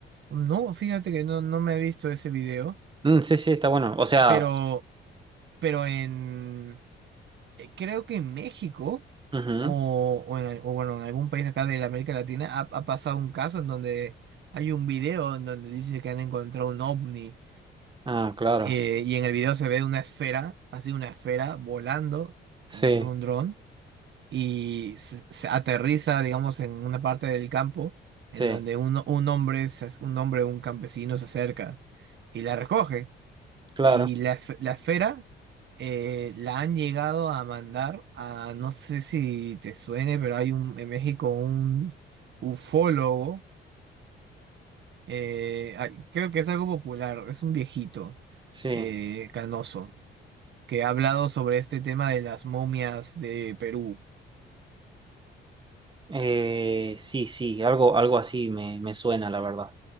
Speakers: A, on the right; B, on the right.
A: no, fíjate que no, no me he visto ese video,
B: Mm, sí, sí, está bueno. O sea,
A: pero... Pero en, eh, creo que en México
B: ujú.
A: o, o en, o bueno, en algún país acá de la América Latina ha, ha pasado un caso en donde hay un video en donde dice que han encontrado un ovni
B: Ah, claro,
A: eh, y en el video se ve una esfera, así una esfera volando
B: sí,
A: como si fuera un dron y se, se aterriza, digamos, en una parte del campo
B: sí,
A: en donde un, un hombre, se ac- un hombre, un campesino se acerca y la recoge.
B: claro.
A: Y la, esf- la esfera eh, la han llegado a mandar a, no sé si te suene, pero hay un, en México un ufólogo, eh, ay, creo que es algo popular, es un viejito
B: Sí,
A: eh, canoso, que ha hablado sobre este tema de las momias de Perú.
B: Eh, sí, sí, algo, algo así me, me suena, la verdad.